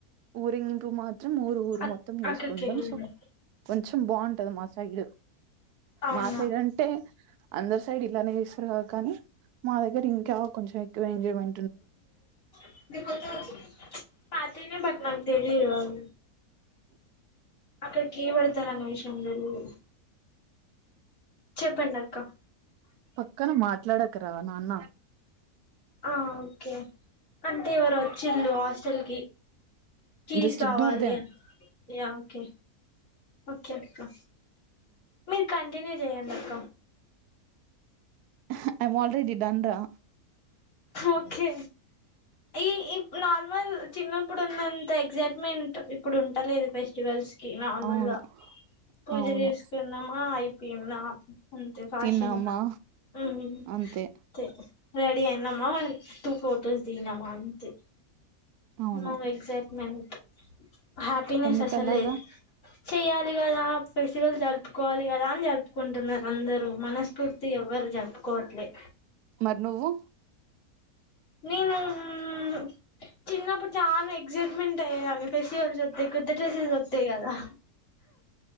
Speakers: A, on the right; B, on the left.
A: ఊరింగ్కు మా మేం ఊరు ఊరు
B: అక్
A: మొత్తం వేసుకుంటాం
B: అక్కకెళ్ళింది
A: సో కొంచెం బా ట మా సైడ్
B: అవునా
A: మా సైడ్ అంటే అందరు సైడ్ ఇలానే చేస్తారు కాదు కానీ మా ఇంకా కొంచం ఎక్కువ ఎంజైమెం
B: <inaudible> పాతేనే బట్ నాకు తెలి తెలియదు అక్కడ కీ పెడతారన్న విషయం తెలీదు చెప్పండి అక్క
A: పక్కన మాట్లాడ క రా నాన్న
B: ఆ ఓకే అంటే ఎవరు చిల్లు హాస్టల్ కీస్
A: జస్ట్
B: కావాలి
A: ఇగ్నోర్ దెమ్
B: యా ఓకే ఓకే అక్క మీరు కంటిన్యూ చేయండక్క
A: ఆహ్ ఐం ఆల్రెడీ డన్ రా
B: ఓకే ఈ నార్మల్ చిన్నప్పుడు ఉన్నంత ఎక్సైట్మెంట్ ఇప్పుడు ఉంటలేదు ఫెస్టివల్స్ నార్మల్
A: అవును
B: గా పూజ
A: అవును
B: చేసుకున్నామా అయి పిమ్లా అంతే ఫాషింగ్
A: తిన్నామా
B: హ్మ్
A: అంతే
B: తే రెడి అయినమా టూ ఫోర్డోస్ దినమా అంతే
A: అవును
B: నో ఎక్సైట్మెంట్ హ్యాపీనెస్
A: ఎందుకలాగా
B: అసలులే లేదు చేయాలికదా ఫెస్టివల్ జర్ కోవాలి కదా అని జరు కుంటున్నారు అందరు మనస్ఫూర్తి ఎవరు జరుపుకోవట్లే
A: మరి నువ్వు
B: నేను ఊ చిన్నప్పుడు చాల ఎక్సైట్ మెంట్ అయ్యేదాన్ని ఫెస్టివల్స్ వత్తె కొత్త డ్రస్సులు దొరుకుతాయి కదా